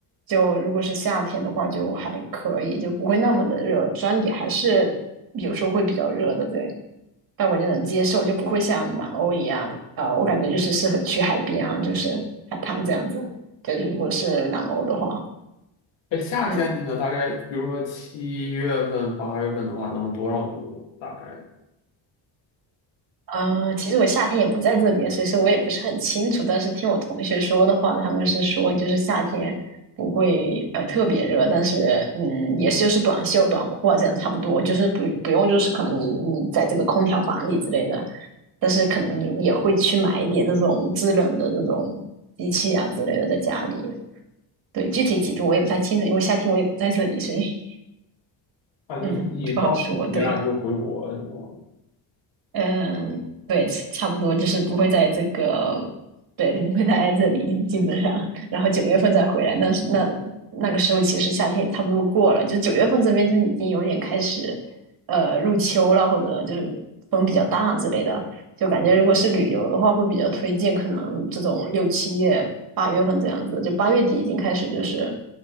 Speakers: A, on the right (about 50°); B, on the left (about 65°).
A: 就如果是夏天的话，就还可以，就不会那么的热。虽然也还是有时候会比较热的，对，但我就能接受，就不会像南欧一样。呃，我感觉就是适合去海边啊，就是海滩这样子。对，如果是南欧的话。
B: 哎，夏天你呢？
A: 嗯。
B: 大概，比如说七月份、八月份的话，能多少度？大概
A: 呃，其实我夏天也不在这边，所以说我也不是很清楚。但是听我同学说的话，他们是说就是夏天不会呃特别热，但是嗯，也是就是短袖、短裤啊这样差不多，就是不不用就是可能你你在这个空调房里之类的，但是可能也会去买一点这种制冷的这种机器啊之类的在家里。对，具体几度我也不太清楚，因为夏天我也不在这里，所以
B: 啊，就是你放暑假就回国什么？
A: 嗯不好说。对。嗯，对，差差不多就是不会在这个，对，不会待在这里，基本上，然后九月份再回来。但是那那个时候其实夏天也差不多过了，就九月份这边就已经有点开始，呃，入秋了，或者就是风比较大之类的。就感觉如果是旅游的话，会比较推荐可能这种六七月、八月份这样子，就八月底已经开始就是